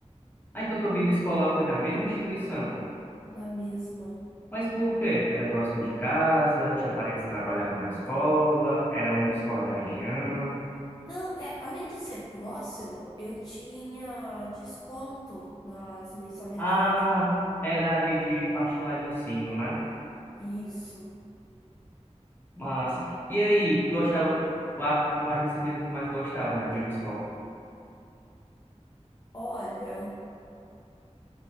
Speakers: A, on the left (about 15°); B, on the left (about 35°).
A: Ah, então tua vida escolar foi na mesma instituição.
B: Na mesma.
A: Mas por quê? Era próximo de casa, tinha parentes que trabalhavam na escola, era a única escola da região.
B: Não, é, além de ser próximo, eu tinha desconto nas mensalidades.
A: Ah, era a rede particular de ensino, né?
B: Isso.
A: Massa. E aí, gostava, qual a qual a disciplina que tu mais gostava na naquela escola?
B: Olha,